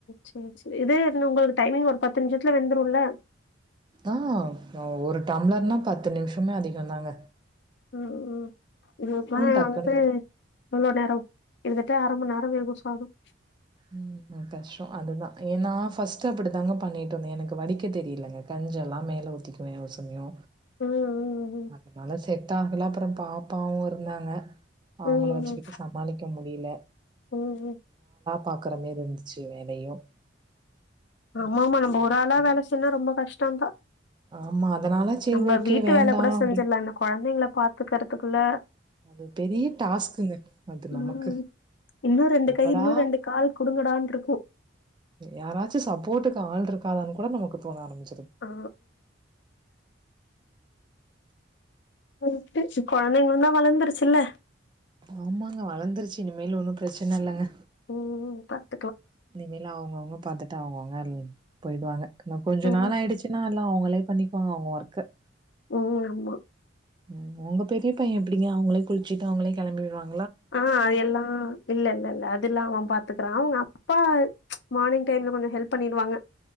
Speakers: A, on the left (about 60°); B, on the right (about 25°).
A: சேரி சேரி இது எதுங்க உங்களோட டைமிங் ஒரு பத்து நிம்ஷத்துல வெந்துருல்ல
B: ஆ நா ஒரு டம்ளர்னா பத்து நிம்ஷமே அதிகோந்தாங்க
A: ம் ம் இதுக்குலா
B: டக்குன்னு
A: வந்து
B: போயிடும்.
A: எவ்ளோ நேரோ இதுக்கே அரமன் நேர் <unintelligible>
B: ம் அது கஷ்டோ அதுதா ஏ நா ஃபஸ்ட்டு அப்புடித்தாங்க பண்ணிட்டு வந்தே எனக்கு வடிக்க தெரியலங்க கஞ்செல்லா மேல ஊத்திக்குவ ஒரு சில சமயோ
A: ம் ம்
B: அந்துனால சேர் த்தாகல அப்புறோ பாப்பாவு இருந்தாங்க அவங்கள
A: ம் ம்
B: வெச்சுக்கிட்டு சமாளிக்க மு முடில
A: ம் ம்
B: பாக்குற மாரி இருந்துச்சு வேலையு
A: ஆமாமா
B: அதனால
A: நம்ம ஒரு
B: ஓகே.
A: ஆளா வேல செஞ்சா ரொம்ப கஷ்டந்தா
B: ஆமா அதனால சரி
A: நம்ம
B: ஓகே
A: வீட்டு
B: வேண்டா
A: வேல கூட
B: அப்டின்
A: செஞ்சுர்லா ஆனா கொழந்தைங்கள பாத்துக்குறதுக்குள்ள
B: அது பெரிய டாஸ்க்குங்க அது நமக்கு
A: ம் இன்னு ரெண்டு
B: எப்படா
A: கை இன்னு ரெண்டு கால் குடுங்கடான்னு இருக்கு
B: யாராச்சு சப்போட்டுக்கு ஆள்ற கு காதாணு கூட நமக்கு தோண ஆரம்பிச்
A: ஓ ரைட்டு கொழந்தைங்களுந்தா வளந்துருச்சுல்ல
B: ஆமாங்க வளந்துருச்சு இனிமேலு ஒன்னு பிரச்சன இல்லங்க
A: ம் பத்
B: இனிமேல் அவுங்கவுங்க பாத்துட்டு அவுங்கவுங்கள் போயிடுவாங்க ஆனா கொஞ்சோ
A: ம்
B: நாள் ஆயிடுச்சுன்னா எல்லா அவுங்களே பண்ணிக்குவாங்க அவுங்க ஒர்க்க
A: ம் ஆமா
B: ம் உங்க பெரிய பைய எப்புடிங்க அவங்களே குளுச்சுட்டு அவங்களே கெளம்பிடுவாங்
A: ஆ அத எல்லாம் இல்ல இல்ல இல்ல அதுல்லாம் அவன் பாத் துக்கற அவுங்க அப்பா மார்னிங் டைம்ல கொஞ்சம் ஹெல்ப் பண்ணிருவாங்க